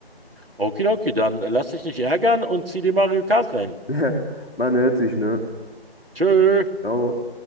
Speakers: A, on the right; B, in the centre.
A: Okidoki, dann äh, lass dich nicht ärgern und zieh dir Mario Kart rein.
B: <laughs> Man hört sich, ne?
A: Tschö.
B: Ciao.